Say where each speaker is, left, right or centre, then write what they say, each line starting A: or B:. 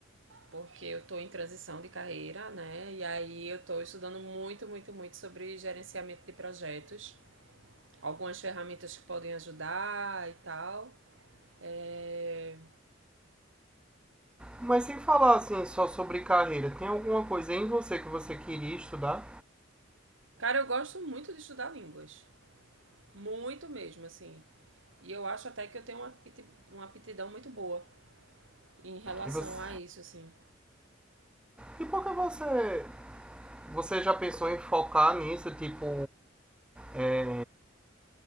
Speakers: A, on the right; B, in the centre.
A: porque eu tô em transição de carreira, né? E aí eu tô estudando muito, muito, muito sobre gerenciamento de projetos, algumas ferramentas que podem ajudar e tal. É,
B: Mas sem falar assim só sobre carreira, tem alguma coisa em você que você queria estudar?
A: Cara, eu gosto muito de estudar línguas. Muito mesmo, assim. E eu acho até que eu tenho uma, uma aptidão muito boa em relação
B: E, você...
A: a isso, assim.
B: e por que você. Você já pensou em focar nisso? Tipo. é,